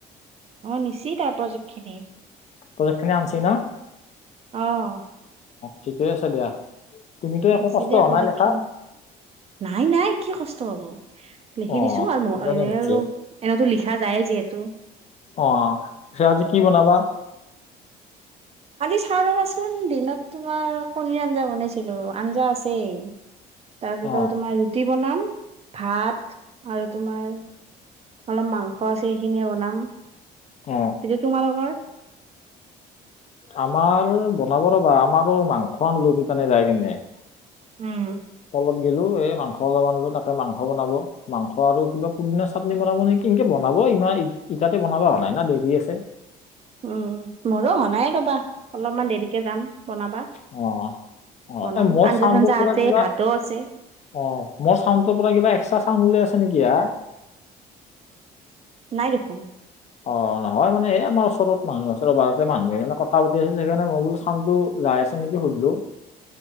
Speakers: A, on the right; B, on the left.
A: অ নিশি তাৰ প্ৰজেক্ট খিনি।
B: প্ৰজেক্ট আনছি না।
A: অহ।
B: ঠিকেই আছে দিয়া। তুমিতো একো
A: নিছি
B: কষ্ট
A: দিয়া
B: হোৱা
A: প্ৰজেক্ট
B: নাই লেখাত
A: খিনি নাই নাই কি কষ্ট পাব। লিখি
B: অ
A: দিছোঁ আৰু
B: সেইকাৰণে
A: এনে
B: সুধছো
A: আৰু এনেতো লিখা যায় যিহেতু।
B: অ সেয়া আজি কি বনাবা।
A: আজি চাওঁ ৰ'বাচোন দিনত তোমাৰ কণী আঞ্জা বনাইছিলো আঞ্জা আছেই। তাৰপিছতে
B: অ
A: তোমাৰ ৰুটি বনাম। ভাত আৰু তোমাৰ অলপ মাংস আছে সেইখিনিয়ে বনাম।
B: অ
A: এতিয়া তোমালোকৰ।
B: আমাৰ বনাব ৰ'বা আমাৰো মাংস আনলু <unintelligible> যায় কিনে।
A: উম।
B: গ'লো এ এই মাংস অলপ আনলো তাকে মাংস বনাব মাংস আৰু কিবা পুদিনা চাটনি বনাব নেকি। এনকে বনাব ইমান ইটাতে বনাবা হোৱা নাই না দেৰি আছে।
A: উম মোৰো হোৱা নাই ৰ'বা অলপমান দেৰিকে যাম বনাবা।
B: অ অ
A: বনাম
B: এ মোৰ
A: আঞ্জা
B: চাউণ্ডটোৰ
A: চঞ্জা
B: পৰা
A: আছে
B: কিবা
A: ভাতো আছে।
B: অ মোৰ চাউণ্ডৰ পৰা কিবা এক্সট্ৰা চাউণ্ড উলাই আছে নেকি আ। <inaudible>
A: নাই দেখোন।
B: অ নহ। হয় মানে আমাৰ ওচৰত মানুহ আছে ৰ'বা তাতে মানুহকেইটাই কথা পাতি আছিল সেইকাৰণে মই বোলো চাউণ্ডটো যাই আছে নেকি সুধো। হেল্ল'।